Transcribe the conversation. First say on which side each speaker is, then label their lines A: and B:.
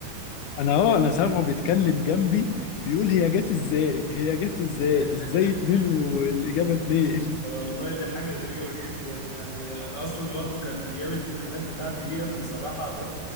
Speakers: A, on the left; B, on the left.
A: انا اه انا سامعه بيتكلم جنبي بيقول هي جت ازاي هي جت ازاي
B: <laughs>
A: ازاي اتنين والاجابه اتنين <laughs>
B: والله دي حاجة غريبة جدا يعني أنا أصلا برضو كان أيام الامتحانات بتاعتي ديت بصراحة كنت